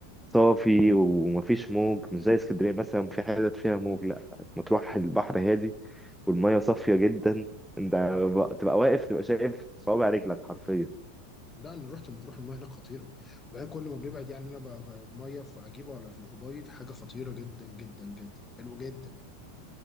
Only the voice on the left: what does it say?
لا انا رحت مطروح المياه هناك خطيره وبعدين كل ما بنبعد يعني انا ب... ب... المياه في عجيبه ولا في الأبيض حاجه خطيره جدا جدا جدا حلوه جدا